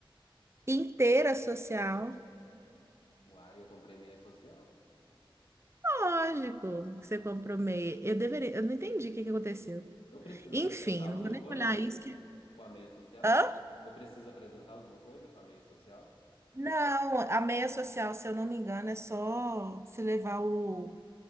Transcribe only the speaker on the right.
Inteira social.
Lógico que você comprou meia. Eu deveria. Eu não entendi o que que aconteceu.
Enfim,
não
vou nem
olhar isso. que-
Hã?
Não, a meia social, se eu não me engano, é só se levar o,